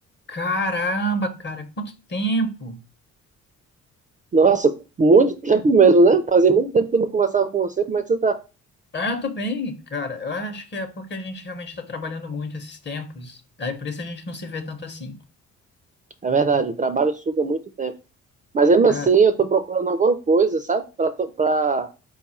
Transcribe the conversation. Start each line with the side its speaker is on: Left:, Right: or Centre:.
Left: Caramba, cara, quanto tempo!
Right: Nossa, muito tempo mesmo, né? Fazia muito tempo que eu não conversava com você. Como é que você tá?
Left: Ah, eu tô bem, cara. Eu acho que é porque a gente realmente tá trabalhando muito esses tempos. Aí por isso a gente não se vê tanto assim.
Right: É verdade, o trabalho suga muito tempo. Mas mesmo
Left: Cara,
Right: assim, eu tô procurando alguma coisa, sabe? Pra, to- pra